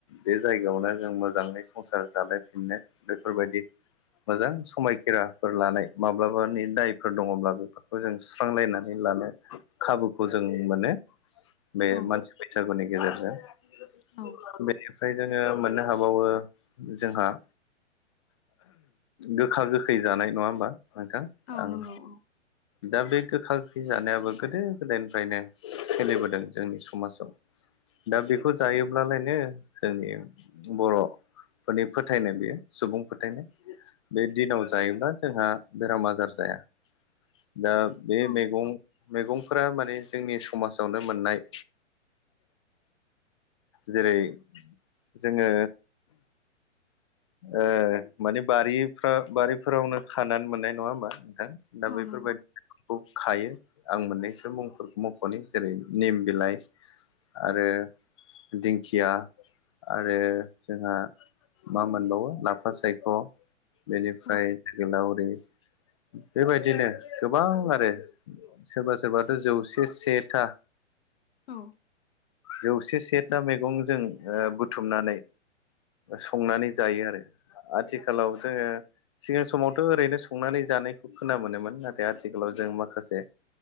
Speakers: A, on the left; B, on the left.
A: बे जायगायावनो जों मोजाङै संसार जालायफिननो बेफोरबायदि मोजां समायखेराफोर लानाय माब्लाबा <unintelligible> मनि दायफोर दङब्ला बेफोरखौ जों सुस्रांलायनानै लानो खाबुखौ जों मोनो। बे
B: औ
A: मानसि बैसागुनि गेजेरजों।
B: औ
A: फओमफ्राय जोङो मोननो हाबावो जोंहा गोखा गोखै जानाय नङा होमबा नोंथां?
B: औ
A: आं
B: नंगौ औ
A: दा बे गोखा गोखै जानायाबो गोदो गोदायनिफ्रायनो सोलिबोदों जोंनि समाजाव दा बेखौ जायोब्लालायनो जोंनि बर' फोरनि फोथायनाय बेयो सुबुं फोथायनाय बे दिनाव जायोब्ला जोंहा बेराम आजार जाया दा बे
B: औ
A: मैगं मैगंफोरा माने जोंनि समाजावनो मोननाय। जेरै जोङो ओ माने बारिफ्राव बारिफोरावनो खानानै मोननाय नङा होमबा नोंथां? दा
B: औ
A: बैफोरबायदि
B: नंगौ
A: खौ खायो। आं मोननैसो मुंफोरखौ मख'नो जेरै निम बिलाइ, आरो दिंखिया आरो जोंहा मा मोनबावो लाफा सायख' बेनिफ्राय
B: औ
A: जोगोलावरि बेबायदिनो गोबां आरो सोरबा सोरबाथ' जौसे सेथा
B: औ!
A: जौसे सेथा मैगंजों बुथुमनानै संनानै जायो आरो। आथिखालाव जोङो सिगां समावथ' ओरैनो संनानै जानायखौ खोना मोनोमोन। नाथाय आथिखालाव जों माखासे